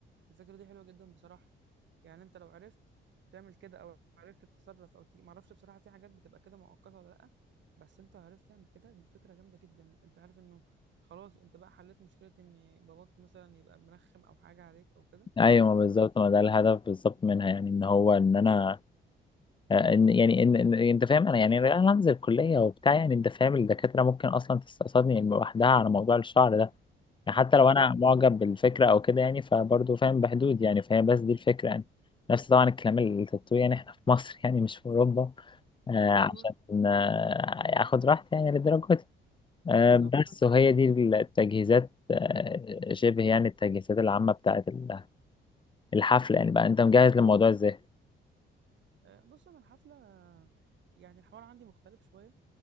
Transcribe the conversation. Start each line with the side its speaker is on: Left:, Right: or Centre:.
Right: الفكره دي حلوه جدا بصراحه يعني انت لو عرفت تعمل كده او عرفت تتصرف او تيجي ما اعرفش بصراحه في حاجات بتبقى كده مؤقته ولا لا بس انت عرفت تعمل كده دي فكره جامده جدا انت عارف انه خلاص انت بقى حليت مشكله ان باباك مثلا يبقى مرخم او حاجه عليك او كده
Left: ايوه ما بالظبط
Right: فانت اه
Left: ما ده الهدف بالظبط منها يعني ان هو ان انا آه، ان يعني ان إن- انت فاهم انا يعني انا هنزل كلية وبتاع يعني انت فاهم الدكاترة ممكن اصلا تستقصدني لوحدها على موضوع الشعر ده يعني حتى
Right: اه
Left: لو انا
Right: آه.
Left: معجب بالفكره او كده يعني فبرضه فاهم بحدود يعني فهي بس دي الفكره يعني نفس طبعا الكلام التاتو يعني احنا في مصر يعني مش في اوروبا آه
Right: ايوه
Left: عشان آه اخد راحتي يعني للدرجه دي آه
Right: بالظبط
Left: بس
Right: صح
Left: وهي دي التجهيزات آه شبه يعني التجهيزات العامه بتاعت ال- الحفل يعني بقى انت مجهز للموضوع ازاي؟
Right: آه، بص انا الحفله يعني الحوار عندي مختلف شويه